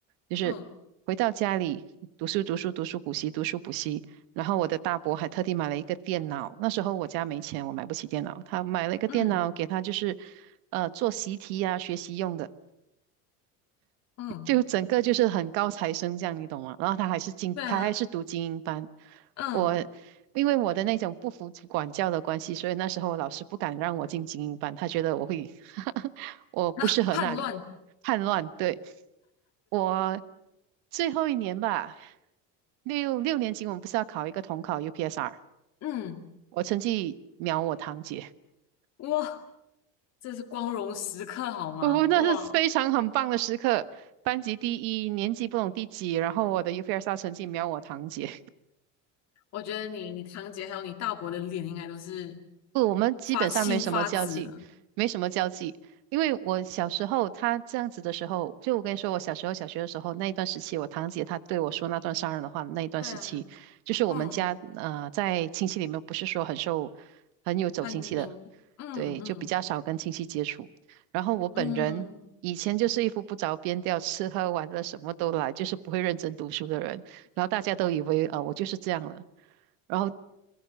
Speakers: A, on the right (about 80°); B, on the left (about 45°).
A: 就是回到家里读书读书读书补习读书补习，
B: 嗯
A: 然后我的大伯还特地买了一个电脑，那时候我家没钱，我买不起电脑，他买了一个电脑给他就是，
B: 嗯
A: 呃，做习题呀、学习用的。
B: 嗯，
A: 就整个就是很高材生这样，你懂吗？然后他还是精，
B: 对啊，
A: 他还是读精英班。
B: 嗯
A: 我因为我的那种不服管教的关系，所以那时候老师不敢让我进精英班，他觉得我会，<laughs> 我不适合那里，
B: 那叛乱，
A: 叛乱。对，我最后一年吧，六六年级我们不是要考一个统考 UPSR，
B: 嗯，
A: 我成绩秒我堂姐。
B: 哇，这是光荣时刻好吗？
A: <laughs> 不不，那是非常很棒的时刻，
B: 哇，
A: 班级第一，年级不懂第几，然后我的 UPSR 成绩秒我堂姐。
B: 我觉得你、你堂姐还有你大伯的脸应该都是
A: 不，我们基本上没什么交际，
B: 发青发紫了。
A: 没什么交际。因为我小时候他这样子的时候，就我跟你说，我小时候小学的时候那一段时期，我堂姐她对我说那段伤人的话的那一段时期，
B: 对啊，
A: 就是我们家呃在亲戚里面不是说很受
B: 嗯，
A: 很有走亲戚的，
B: 潘英，嗯嗯
A: 对，就比较少跟亲戚接触。然后我本人以前就是一副不着边调，
B: 嗯，
A: 吃喝玩乐什么都来，就是不会认真读书的人。然后大家都以为呃我就是这样了。然后